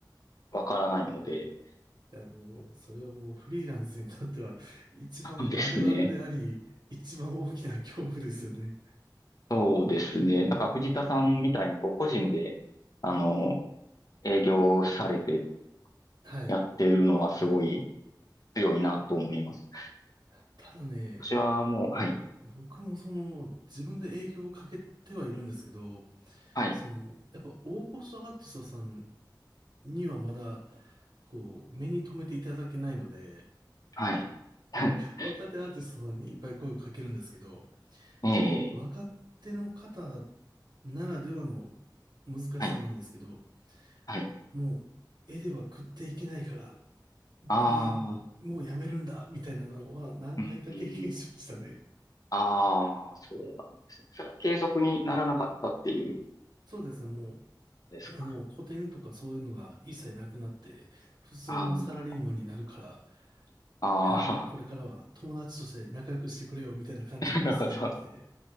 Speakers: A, on the left; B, on the right.
A: わからないので、
B: や、もう、それはもうフリーランスにとっては一番あるあるであり、
A: そうですね。
B: 一番大きな恐怖ですよね。
A: そうですね。だから藤田さんみたいにこう個人で、あの、営業されて
B: はい。
A: やってるのはすごい
B: い
A: 強いなと思います。
B: やただね、
A: 私はもう、はい、
B: 僕もその、自分で営業をかけてはいるんですけど、
A: はい、
B: その、やっぱ大御所アーティストさんにはまだ、こう、目に留めていただけないので、
A: はい。<laughs>
B: 若手アーティストさんにいっぱい声をかけるんですけど、やっぱり若手の方
A: ええ、
B: ならではの難しさなんですけど、
A: はい、はい。
B: もう絵では食っていけないから、
A: ああ、
B: ごめん、もうやめるんだ、みたいなのは何回か経験しましたね。
A: うん、ああ、そうなんですね。それは継続にならなかったっていうん
B: そうですね、もう、
A: ですか。
B: あの、古典とかそういうのが一切なくなって、普通のサラリーマンになるから、
A: あの、あ
B: いや、もうこれからは友達として仲良くしてくれよ、みたいな感じのメッセージが来て、
A: あ、<laughs> なるほど。